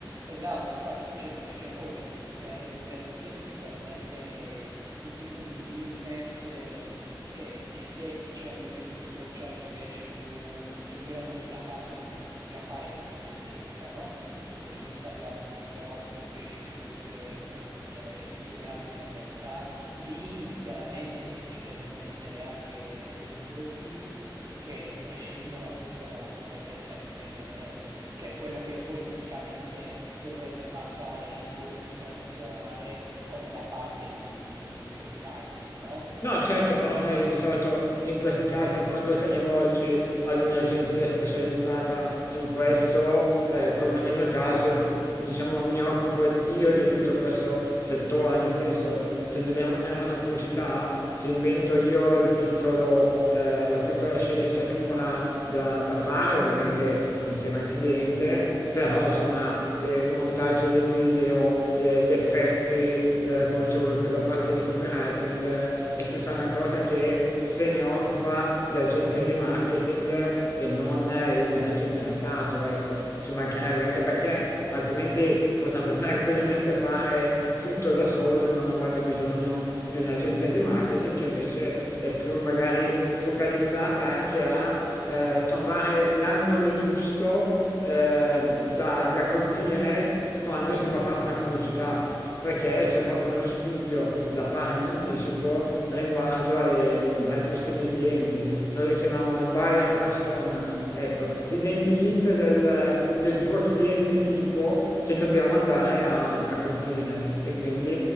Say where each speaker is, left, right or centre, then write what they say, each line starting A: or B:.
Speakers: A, on the right; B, on the left.
A: Esatto, infatti dicevo perché poi per, per potersi permettere un tipo di business ehm, che, che sia efficiente su social invece più che mirano sulla parte di, di apparenza, di estetica, no? Tipo Instagram, TikTok, Facebook eh, eh, e chi più ne ha più ne metta, lì chiaramente ci devono essere anche delle doti che prescindono appunto dalla competenza che stai vendendo, cioè quello che poi tipicamente dovrebbe passare in modo più tradizionale come la parte di, di copywriting, no?
B: No, certo, però sai, di solito in questi casi quando ti rivolgi ad un'agenzia specializzata in questo, eh, come nel mio caso, diciamo mi occupo io di tutto questo settore, nel senso se dobbiamo creare una pubblicità ti invento io il piccolo, eh, la piccola sceneggiatura da, da fare, ovviamente insieme al cliente però insomma eh, il montaggio del video, eh, gli effetti, eh, come dicevo, la parte di copywriting eh, è tutta una cosa che se ne occupa l'agenzia di marketing eh, e non eh, il diretto interessato, ecco, ci mancherebbe anche perché altrimenti potrebbe tranquillamente fare tutto da solo, non avrebbe bisogno di un'agenzia di marketing che invece è più magari focalizzata anche a eh, trovare l'angolo giusto ehm, da, da colpire quando si va a fare una pubblicità, perché c'è proprio uno studio da fare in anticipo riguardo alle, mh, ai possibili clienti. Noi lo chiamiamo il buyer persona, ecco, l'identikit del, del tuo cliente tipo che dobbiamo andare a, a colpire e quindi